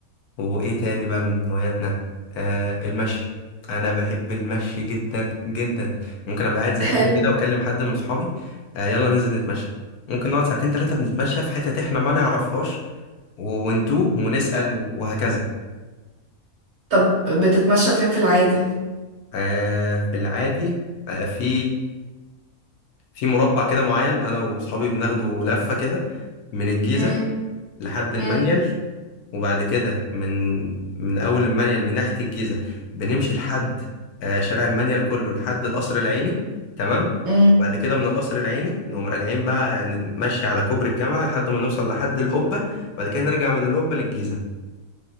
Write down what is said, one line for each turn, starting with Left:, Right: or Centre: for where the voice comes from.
Left: وايه تاني بقى من هواياتنا آه المشي انا بحب المشي جدا جدا ممكن ابقى قاعد زهقان
Right: حلو
Left: كده واكلم حد من صحابي آه يلا ننزل نتمشى ممكن نقعد ساعتين ثلاثة بنتمشى في حتة احنا ما نعرفهاش و- ونتوه ونسأل و- وهكذا
Right: طب بتتمشى فين في العادي
Left: آه في العادي آه في في مربع كده معين انا واصحابي بناخده لفة كده من الجيزة
Right: مم،
Left: لحد المنيل
Right: مم،
Left: وبعد كده من من أول المنيل من ناحية الجيزة بنمشي لحد آه، شارع المنيل كله لحد القصر العيني تمام
Right: مم.
Left: وبعد كده من القصر العيني نقوم راجعين بقى نتمشي على كوبري الجامعة لحد ما نوصل لحد القبة وبعد كده نرجع من القبة للجيزة